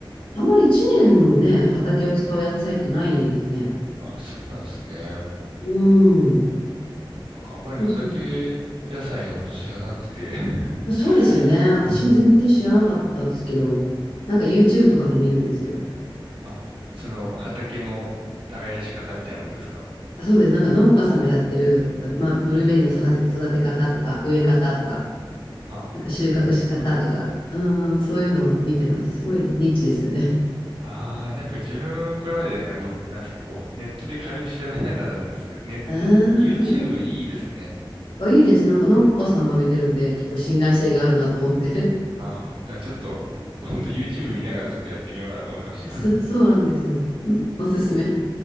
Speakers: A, on the left; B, on the right.
A: あまり1年もね、畑を使う野菜ってないですね。
B: あ、そうなんですね。
A: うん。
B: なんかあんまり畑野菜のこと知らなくて
A: そうそう。
B: <laughs>
A: まあ、そうですよね。私も全然知らなかったですけど、
B: うん。
A: なんか YouTube とかで見るんですよ。
B: <laughs> あ、その畑の耕し方みたいなことですか
A: あそうです。なんか農家さんがやってる、なんかまあ、ブルーベリーの育て、育て方とか、植え方とか、
B: あ、
A: なんか収穫し方とか、
B: なるほど。
A: うん、そういうのを見てます。すごいニッチですよね。
B: ああ、なんか自分これまでなんかど、なんですかこう、ネットで軽く調べながらだったんですけど、ネット、
A: <laughs> あ
B: YouTube いいですね。
A: あ、いいです。なんか農家さんがあげてるんで、結構信頼性があるなと思って。
B: あ、ちょっと、ほんと YouTube 見ながらちょっとやってみようかなと思いました。
A: <laughs> そ、そうなんですよ。<laughs> おすすめ。